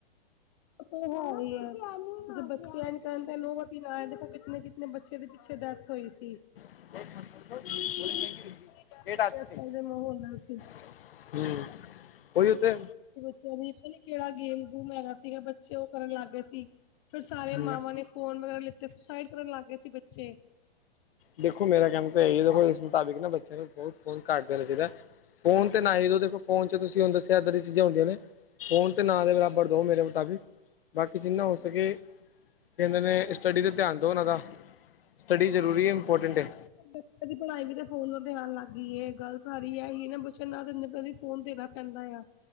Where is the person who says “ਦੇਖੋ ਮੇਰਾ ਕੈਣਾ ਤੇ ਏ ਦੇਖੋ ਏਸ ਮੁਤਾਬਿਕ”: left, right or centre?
Left